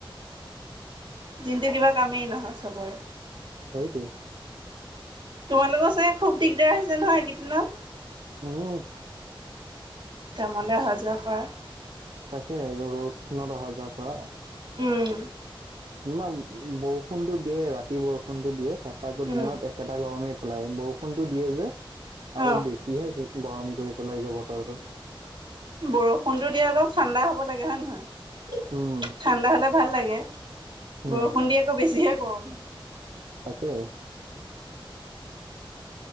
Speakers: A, on the right (about 60°); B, on the right (about 80°).
A: দিনটো কিবা কামেই নহয় চবৰে।
B: সেইটোৱে।
A: তোমালোকৰ চাগে খুব দিগদাৰ হৈছে নহয় এই কেইদিনত।
B: উম।
A: কামলৈ অহা যোৱা কৰা।
B: তাকে ৰ'দ খনত অহা যোৱা কৰা।
A: উম।
B: <unintelligible> বৰষুণতো দিয়ে ৰাতি বৰষুণতো দিয়ে তাৰপৰা আকৌ
A: উম।
B: দিনত একেটা গৰমেই। <unintelligible> বৰষুণটো দিয়ে যে আৰু
A: অ',
B: বেছিহে গৰম কৰি পেলাই গে বতৰটো।
A: বৰষুণতো দিয়াই অলপ ঠাণ্ডা হ'ব লাগে হয় নে নহয়।
B: উম
A: ঠাণ্ডা হ'লে ভাল লাগে
B: উম
A: বৰষুণ দি আকৌ বেছিহে গৰম।
B: তাকে।